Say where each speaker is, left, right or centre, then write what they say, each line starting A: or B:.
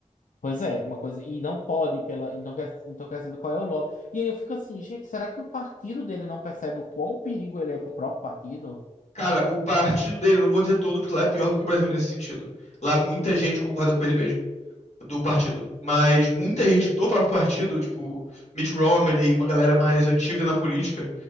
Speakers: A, on the left; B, on the left.
A: Pois é, uma coisa. E não pode, pela, e não quer, então quer saber qual é o lobby. E aí eu fico assim, gente, será que o partido dele não percebe o quão perigo ele é pro próprio partido?
B: Cara, o partido dele, não vou dizer todos, porque lá é pior do que o Brasil nesse sentido. Lá muita gente concorda com ele mesmo. do partido, mas muita gente do próprio partido, tipo Mitt Romney, uma galera mais antiga na política,